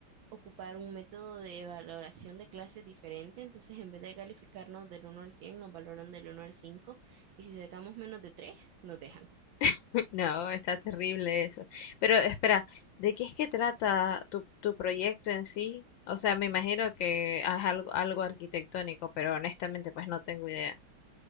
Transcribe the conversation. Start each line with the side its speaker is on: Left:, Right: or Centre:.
Right: ocupar un método de valoración de clases diferente, entonces en vez de calificarnos del uno al 100 nos valoran del uno al 5 y si sacamos menos de 3 nos dejan.
Left: <laughs> No, está terrible eso. Pero espera, ¿de qué es que trata tu, tu proyecto en sí? O sea, me imagino que es algo, algo arquitectónico, pero honestamente pues no tengo idea.